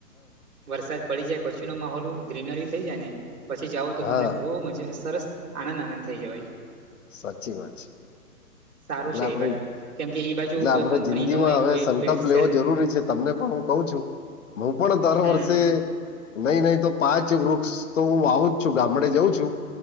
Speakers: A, on the right; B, on the left.
A: વરસાદ પડી જાય પછી નો માહોલ ગ્રીનરી થઈ જાય ને. પછી જાઓ તો
B: હા
A: તમને બહુ મજા સરસ આનંદ આનંદ થઈ જવાઈ.
B: સાચી વાત છે.
A: સારું
B: એટલે
A: છે
B: આપડે
A: એ બાજુ કેમ કે એ બાજુ
B: એટલે
A: કોઈ
B: આપડણે
A: કંપની
B: જિંદગી
A: ન
B: માં
A: હોય કોઈ
B: હવે સંકલ્પ
A: ભેળસેળ
B: લેવો જરૂરી છે. તમને પણ હું કું છું હું પણ દર
A: હમ
B: વર્ષે. નહી નહીં તો પાંચ વૃક્ષ તો હું આવું જ છું ગામડે જઉં છું.